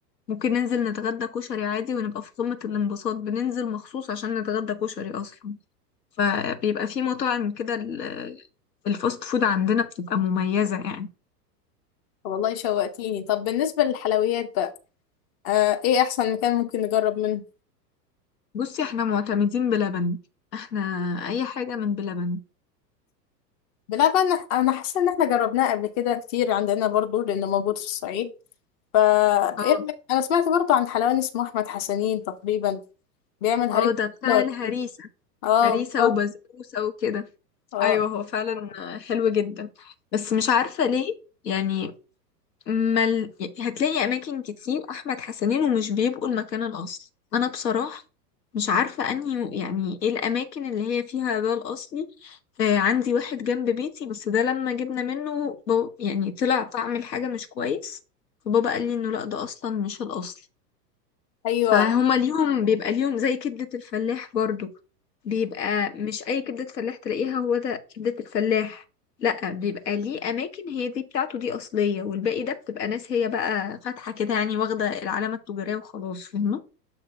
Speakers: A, on the left; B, on the left.
A: ممكن ننزل نتغدى كشري عادي ونبقى في قمة الانبساط بننزل مخصوص عشان نتغدى كشري أصلا فبيبقى في مطاعم كده ال- الفاست فود عندنا بتبقى مميزة يعني
B: طب والله شوقتيني طب بالنسبه للحلويات بقى آه ايه احسن مكان ممكن نجرب منه
A: بصي احنا معتمدين بلبن احنا أي حاجة من بلبن
B: بلا بقى انا أنا حاسه ان احنا جربناه قبل كده كتير عندنا برضو لانه موجود في الصعيد فا
A: اه
B: إيه رأيك؟ انا سمعت برضو عن حلواني اسمه احمد حسنين تقريبا بيعمل هريسه
A: اه ده بتاع
B: حلوة.
A: الهريسة
B: اه
A: هريسة
B: بالظبط
A: وبسبوسة وكده
B: اه
A: ايوه هو فعلا حلو جدا بس مش عارفة ليه يعني مل... هتلاقي اماكن كتير احمد حسنين ومش بيبقوا المكان الاصلي انا بصراحة مش عارفة انهي يعني ايه الاماكن اللي هي فيها ده الاصلي آه عندي واحد جنب بيتي بس ده لما جبنا منه ب... يعني طلع طعم الحاجة مش كويس فبابا قال لي انه لا ده اصلا مش الاصلي
B: ايوه
A: فهما ليهم بيبقى ليهم زي كبدة الفلاح برضو بيبقى مش أي كبدة فلاح تلاقيها هو ده كبدة الفلاح لأ بيبقى ليه أماكن هي دي بتاعته دي أصلية والباقي ده بتبقى ناس هي بقى فاتحة كده يعني واخدة العلامة التجارية وخلاص فاهمة